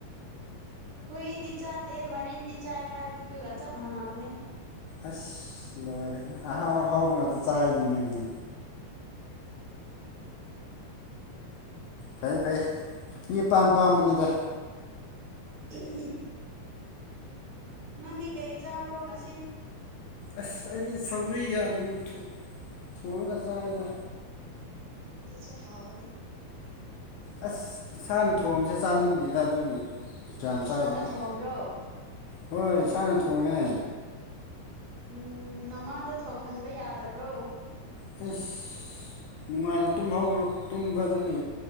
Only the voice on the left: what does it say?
ꯑꯁ ꯂꯣꯏꯔꯦꯍꯦ ꯑꯍꯥꯎ ꯑꯍꯥꯎꯕ ꯉꯥꯛꯇ ꯆꯥꯏꯅꯦ ꯅꯣꯏꯗꯤ ꯐꯩ ꯐꯩ ꯃꯤ ꯑꯄꯥꯝ ꯄꯥꯝꯕꯅꯤꯗ
ꯑꯁ ꯑꯩꯗꯤ ꯁꯧꯒꯔꯤꯒ ꯑꯂꯨ ꯊꯨꯛ ꯊꯣꯡꯉꯒ ꯆꯥꯏꯗ
ꯑꯁ ꯏꯁꯥꯅ ꯊꯣꯡꯕꯁꯦ ꯆꯥꯅꯤꯡꯗꯦꯗ ꯑꯗꯨꯒꯤ ꯀꯌꯥꯝ
ꯆꯥꯗꯦꯗ
ꯍꯣꯏ ꯏꯁꯥꯅ ꯊꯣꯡꯉꯦ
ꯑꯩꯁ ꯅꯨꯡꯉꯥꯏꯅ ꯇꯨꯝꯍꯧꯔ ꯇꯨꯝꯕ ꯑꯗꯨꯒꯤ